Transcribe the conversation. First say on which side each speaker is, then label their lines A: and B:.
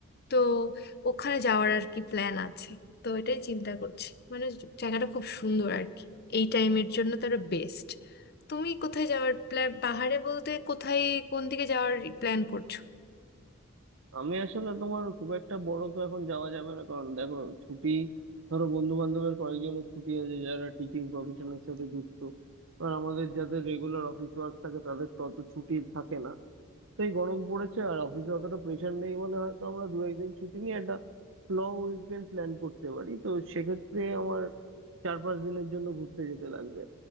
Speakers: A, on the left; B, on the right.
A: তো ওখানে যাওয়ার আর কি প্ল্যান আছে তো এটাই চিন্তা করছি মানে জায়গাটা খুব সুন্দর আর কি এই টাইমের জন্য তো আরো বেস্ট তুমি কোথায় যাওয়ার প্ল্যান পাহাড়ে বলতে কোথায় কোন দিকে যাওয়ার প্ল্যান করছো
B: আমি আসলে তোমার খুব একটা বড় তো এখন যাওয়া যাবে না কারণ দেখো ছুটি ধরো বন্ধু বান্ধবের কয়েকজনের ছুটি আছে যারা টিচিং প্রফেশনের সাথে যুক্ত কারণ আমাদের যাদের রেগুলার অফিস ওয়ার্ক থাকে তাদের তো অত ছুটি থাকে না তাই গরম পড়েছে আর অফিসে অতটা প্রেশার নেই বলে হয়তো আমরা দু একদিন ছুটি নিয়ে একটা লং উইকেন্ড প্ল্যান করতে পারি তো সেক্ষেত্রে আমার চার পাঁচ দিনের জন্য ঘুরতে যেতে লাগবে